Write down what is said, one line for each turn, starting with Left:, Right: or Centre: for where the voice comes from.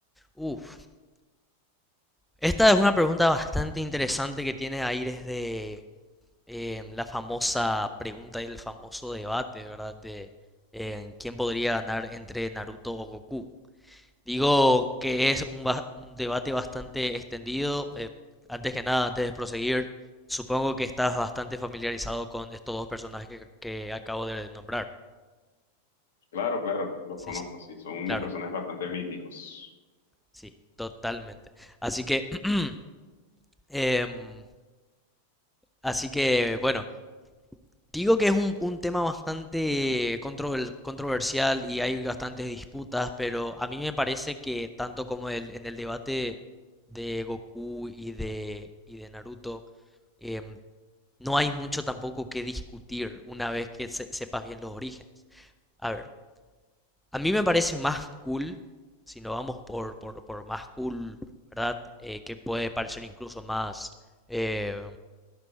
Centre: Uf, esta es una pregunta bastante interesante que tiene aires de eh, la famosa pregunta y el famoso debate, ¿verdad? De eh, quién podría ganar entre Naruto o Goku. Digo que es un, ba- un debate bastante extendido. eh, antes que nada, antes de proseguir, supongo que estás bastante familiarizado con estos dos personajes que, que acabo de nombrar.
Left: Claro, claro, los
Centre: Sí,
Left: conozco,
Centre: sí,
Left: sí, son unos
Centre: claro,
Left: personajes bastante míticos.
Centre: sí, totalmente. Así que, <clears throat> em, así que, bueno, digo que es un, un tema bastante controver- controversial y hay bastantes disputas, pero a mí me parece que tanto como el, en el debate de Goku y de, y de Naruto, em, no hay mucho tampoco que discutir una vez que se- sepas bien los orígenes. A ver, a mí me parece más cool, si no vamos por, por, por más cool, ¿verdad? Eh, que puede parecer incluso más, eh,